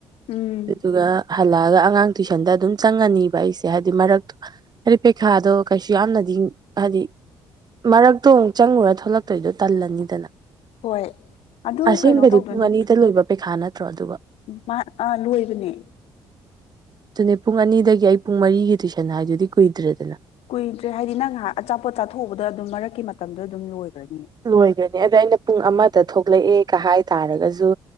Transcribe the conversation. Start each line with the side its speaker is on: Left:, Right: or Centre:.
Left: ꯎꯝ
Right: ꯑꯗꯨꯒꯗꯨ ꯍꯜꯂꯛꯑꯒ ꯑꯉꯥꯡ ꯇꯨꯏꯁꯟꯗ ꯑꯗꯨꯝ ꯆꯪꯉꯅꯤꯕ ꯑꯩꯁꯦ ꯍꯥꯏꯗꯤ ꯃꯔꯛꯇꯣ ꯍꯥꯏꯗꯤ ꯄꯩꯈꯥꯗꯣ ꯀꯩꯁꯨ ꯌꯥꯝꯅꯗꯤ ꯍꯥꯏꯗꯤ ꯃꯔꯛꯇꯣ ꯑꯃꯨꯛ ꯆꯪꯉꯨꯔ ꯊꯣꯛꯂꯛꯇꯣꯏꯗꯣ ꯇꯜꯂꯅꯤꯗꯅ
Left: ꯍꯣꯏ ꯑꯗꯨ
Right: ꯑꯁꯦꯡꯕꯗꯤ
Left: ꯀꯩꯅꯣ ꯇꯧꯗꯣꯏ
Right: ꯄꯨꯡ
Left: ꯅꯠꯇ꯭ꯔꯣ
Right: ꯑꯅꯤꯗ ꯂꯣꯏꯕ ꯄꯩꯈꯥ ꯅꯠꯇ꯭ꯔꯣ ꯑꯗꯨꯒ
Left: ꯃꯥ ꯑ ꯂꯣꯏꯕꯅꯦ
Right: ꯑꯗꯨꯅꯦ ꯄꯨꯡ ꯑꯅꯤꯗꯒꯤ ꯑꯩ ꯄꯨꯡ ꯃꯔꯤꯒꯤ ꯇꯨꯏꯁꯟ ꯍꯥꯏꯗꯨꯗꯤ ꯀꯨꯏꯗ꯭ꯔꯦꯗꯅ
Left: ꯀꯨꯏꯗ꯭ꯔꯦ ꯍꯥꯏꯗꯤ ꯅꯪ ꯉꯍꯥꯛ ꯑꯆꯥꯄꯣꯠ ꯑꯥꯊꯣꯛꯍꯧꯕꯗ ꯑꯗꯨꯝ ꯃꯔꯛꯀꯤ ꯃꯇꯝꯗꯣ ꯑꯗꯨꯝ ꯂꯣꯏꯈ꯭ꯔꯅꯤꯅꯦ
Right: ꯂꯣꯏꯒꯅꯤ ꯑꯗ ꯑꯩꯅ ꯄꯨꯡ ꯑꯃꯗ ꯊꯣꯛꯂꯛꯑꯦ ꯀ ꯍꯥꯏ ꯇꯥꯔꯒꯁꯨ